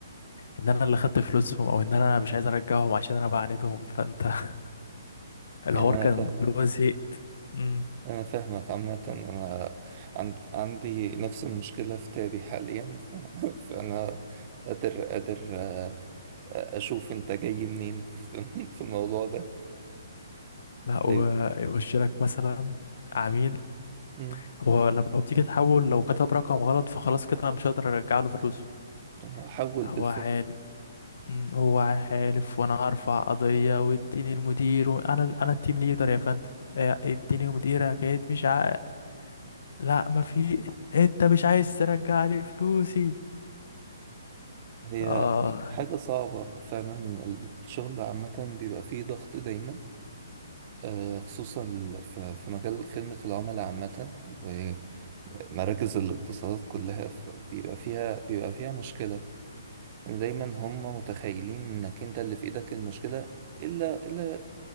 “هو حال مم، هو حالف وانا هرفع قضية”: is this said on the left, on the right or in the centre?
Left